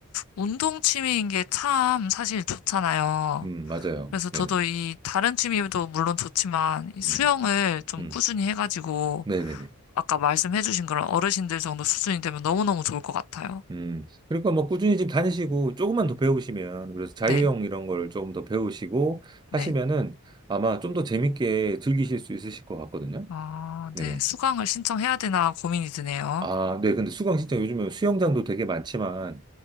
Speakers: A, on the left (about 80°); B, on the right (about 20°).
A: 운동 취미인 게 참 사실 좋잖아요.
B: 음, 맞아요.
A: 그래서 저도
B: 네네.
A: 이 다른 취미도 물론 좋지만 이 수영을
B: 음,
A: 좀
B: 음,
A: 꾸준히 해가지고
B: 네네네.
A: 아까 말씀해주신 그런 어르신들 정도 수준이 되면 너무너무 좋을 것 같아요.
B: 음, 그러니까 뭐 꾸준히 지금 다니시고 조금만 더 배우시면, 그래서 자유형
A: 네,
B: 이런 걸 조금 더 배우시고 하시면은
A: 네.
B: 아마 좀 더 재밌게 즐기실 수 있으실 것 같거든요.
A: 아,
B: 네네.
A: 네. 수강을 신청해야 되나 고민이 드네요.
B: 아, 네. 근데 수강 신청 요즘에 수영장도 되게 많지만,